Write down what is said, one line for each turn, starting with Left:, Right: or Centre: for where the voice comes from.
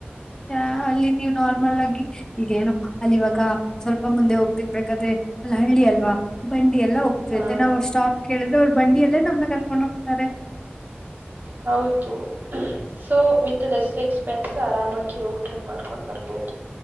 Left: ಹ ಅಲ್ಲಿ ನೀವ್ ನಾರ್ಮಲ್ ಆಗಿ ಈಗೇನು ಅಲ್ಲಿ ಇವಾಗ ಸ್ವಲ್ಪ ಮುಂದೆ ಹೋಗ್ತಿರ್ಬೇಕಾದ್ರೆ ಅಲ್ಲಿ ಹಳ್ಳಿ ಅಲ್ವಾ ಬಂಡಿ ಎಲ್ಲ ಹೋಗ್ತಿರತ್ತೆ
Right: ಆ,
Left: ನಾವು ಸ್ಟಾಪ್ ಕೇಳಿದ್ರೆ ಅವರು ಬಂಡಿಯಲ್ಲೇ ನಮ್ನ ಕರ್ಕೊಂಡ್ ಹೋಗ್ತಾರೆ.
Right: ಹೌದು so with less ex friends ಆರಾಮಾಗಿ ಹೋಗಿ ಟ್ರಿಪ್ ಮಾಡ್ಕೊಂಡ್ ಬರ್ಬಹದು